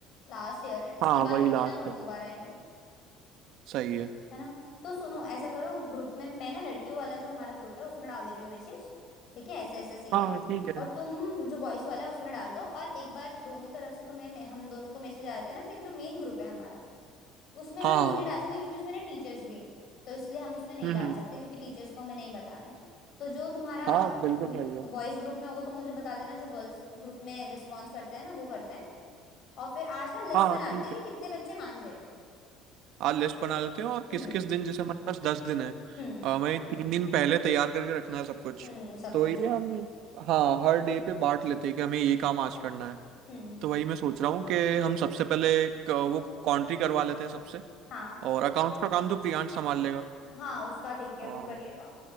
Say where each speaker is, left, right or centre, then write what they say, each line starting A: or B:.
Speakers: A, on the left; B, on the right.
A: लास्ट ईयर है इसके
B: हाँ वही
A: बाद थोड़ी
B: लास्ट
A: ना हम
B: है
A: दोबारा आएंगे
B: सही है
A: है ना तो सुनो ऐसा करो ग्रुप में मैं ना लड़कियों वाला जो हमारा ग्रुप है उसमें डाल दे रही हूँ मैसेज ठीक है ऐसा ऐसा सीन
B: हाँ
A: है
B: ठीक
A: और
B: है
A: तुम जो बॉयस वाला है उसमें डाल दो और एक बार दोनों तरफ से तुम्हें मैं- हम दोनों को मैसेज आ जाता है ना फिर जो मेन ग्रुप है हमारा उसमें हम
B: हाँ
A: क्यों
B: हाँ
A: नहीं डाल सकते क्योंकि उसमें ना टीचर्स भी हैं तो इसलिए हम उसमें नहीं
B: हम्म
A: डाल
B: हम्म,
A: सकते क्योंकि टीचर्स को हमें नहीं बताना है तो जो तुम्हारा
B: हाँ बिल्कुल सही है
A: बॉयज ग्रुप में होगा तो मुझे बता देना जो गर्ल्स ग्रुप में रिस्पॉन्स करते हैं ना वो करते हैं और फिर आज ना लिस्ट
B: हाँ
A: बना
B: ठीक
A: लेते हैं
B: है
A: कि कितने बच्चे मान गए
B: आज लिस्ट बना लेते हैं और
A: हम्म
B: किस किस दिन जैसे हमारे पास दस दिन है
A: हम्म
B: अ, हमें तीन दिन पहले तैयार करके रखना है सब कुछ
A: हम्म सब
B: तो
A: कुछ
B: ये हम हाँ हर डे पे बांट लेते हैं कि हमें ये काम आज करना है
A: हम्म
B: तो वही मैं सोच रहा हूँ कि हम सबसे पहले एक, अ, वो कॉन्ट्री करवा लेते हैं सबसे
A: हाँ
B: और अकाउंट्स का काम तो प्रियांश संभाल लेगा
A: हाँ उसका ठीक है
B: और
A: वो कर लेगा